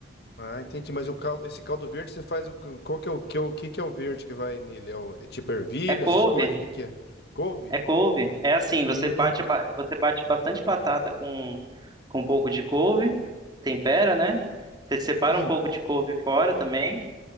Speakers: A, on the left; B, on the right.
A: Ah, entendi, mas o caldo, esse caldo verde você faz, o- qual que é o que, é o que que é o verde que vai nele? É, o, é tipo ervilha,
B: É couve,
A: essas coisas? O que que é? Couve?
B: É couve. É assim, você
A: Hum,
B: bate, a ba- você bate bastante batata com, com um pouco de couve, tempera, né? Você separa
A: sim.
B: um pouco de couve fora também.